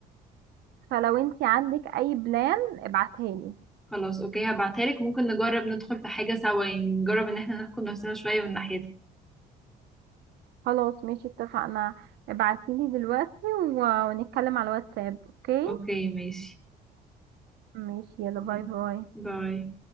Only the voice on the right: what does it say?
فلو انتي عندك اي بلان ابعتها لي
خلاص ماشي اتفقنا ابعتيلي دلوقتي و- ونتكلم على الواتساب اوكي
ماشي يلا باي
باي